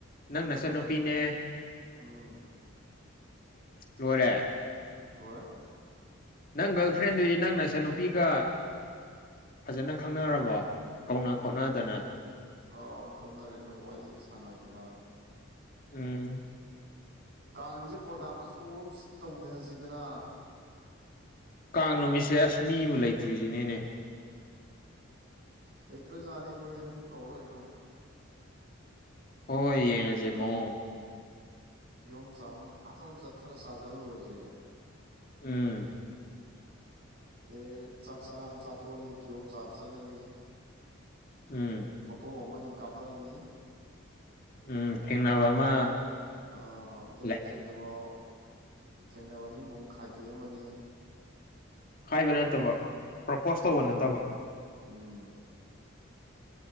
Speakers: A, on the left; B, on the right.
A: ꯅꯪ ꯅꯆꯟꯅꯨꯄꯤꯅꯦ
B: ꯎꯝ ꯎꯝ
A: ꯂꯣꯏꯔꯦ
B: ꯅꯣꯢꯔꯦ
A: ꯅꯪ ꯒꯔꯜ ꯐ꯭ꯔꯦꯟꯗꯨꯗꯤ ꯅꯪ ꯅꯆꯥꯟꯅꯨꯄꯤꯒ ꯐꯖꯅ ꯈꯪꯅꯔꯕꯣ ꯀꯧꯅ ꯈꯣꯠꯅꯗꯅ
B: ꯑꯥ ꯈꯪꯅꯔꯦ ꯃꯣꯏ ꯋꯥꯔꯤꯒ ꯁꯥꯟꯅꯗꯅ
A: ꯎꯝ
B: ꯀꯥꯡꯁꯦ ꯄ꯭ꯔꯣꯒꯔꯝ ꯑꯆꯧꯕ ꯇꯧꯊꯁꯤꯗꯅ
A: ꯀꯥꯡ ꯅꯨꯃꯤꯠꯁꯦ ꯑꯁ ꯃꯤꯕꯨ ꯂꯩꯇ꯭ꯔꯤꯁꯤꯅꯤꯅꯦ
B: ꯂꯩꯇ꯭ꯔꯖꯥꯠꯅꯦ ꯑꯩꯈꯣꯏ ꯑꯅꯤ ꯑꯍꯨꯝ ꯇꯧꯔ ꯂꯣꯏꯔꯦ ꯀꯩꯅꯣ
A: ꯍꯣꯏ ꯍꯣꯏ ꯌꯦꯡꯉꯁꯦ ꯃꯑꯣꯡ
B: ꯀꯤꯌꯣꯝ ꯆꯥꯕꯝ ꯐꯥꯖ ꯑꯃ ꯆꯠꯊꯔ ꯆꯥꯊꯔꯨꯔꯁꯦ
A: ꯎꯝ
B: ꯑꯗꯩ ꯆꯥꯛ ꯆꯔꯥ ꯑꯃ ꯆꯥꯊꯣꯛꯑꯅꯤ ꯀꯤꯌꯣꯝ ꯆꯥꯕ ꯆꯠꯂꯅꯤ
A: ꯎꯝ
B: ꯐꯣꯇꯣ ꯑꯃꯃꯅꯤ ꯀꯥꯞꯄꯛꯑꯅꯤ
A: ꯎꯝ ꯊꯦꯡꯅꯕ ꯑꯃ
B: ꯑ ꯑꯗꯩ
A: ꯂꯩ
B: ꯊꯦꯡꯅꯕ ꯊꯦꯡꯅꯕ ꯑꯅꯤꯃꯨꯛ ꯑꯃꯛ ꯈꯥꯏꯗꯦꯛ ꯑꯃꯅꯤ
A: ꯍꯥꯏꯕ ꯅꯠꯇꯕ ꯄ꯭ꯔꯣꯄꯣꯁ ꯇꯧꯕ
B: ꯎꯝ
A: ꯅꯠꯇꯕ
B: ꯎꯝ